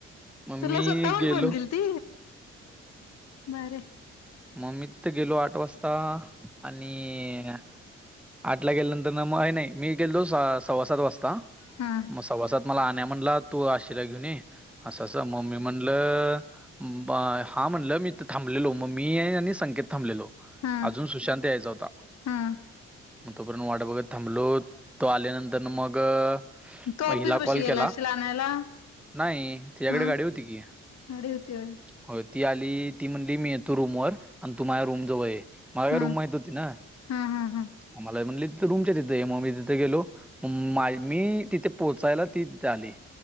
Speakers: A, in the centre; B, on the left.
A: मग
B: तुला
A: मी
B: स्वतःहून
A: गेलो
B: फोन केलती? भारीय
A: मम् मी तिथं गेलो आठ वाजता आणि आठला गेल्यानंतरन म नाही मी गेलो सव्वा सात वाजता
B: हा
A: मग सव्वा सात मला आण्या म्हणला तू आशिला घेऊन ये असं असं म मी म्हटलं ब हा म्हणलं मी थांबलेलो मग मी आणि संकेत थांबलेलो
B: हा
A: अजून सुशांत यायचा होता
B: हा
A: मग तोपर्यंत वाटा बघत थांबलो, तो आल्यानंतरन मग
B: तो ऑफिस
A: मग हिला
B: बशी
A: कॉल
B: गेलाशील
A: केला
B: आणायला?
A: नाही तिच्याकडे
B: हा
A: गाडी होती की
B: गाडी होती होय
A: होय ती आली ती म्हणली, मी येतो रूमवर आन तु माझ्या रूमजवळ ये मला काय
B: हा
A: रूम माहित होती ना?
B: हा हा हा
A: मग म्हणली तिथं रूमच्या तिथं ये, मग मी तिथे गेलो मग माय मी तिथं पोहोचायला ती तिथं आली